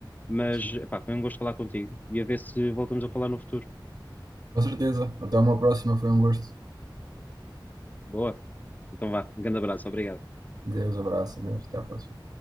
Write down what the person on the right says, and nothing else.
Sim.
Com certeza. Até uma próxima, foi um gosto.
Deus, abraço, Deus, até à próxima.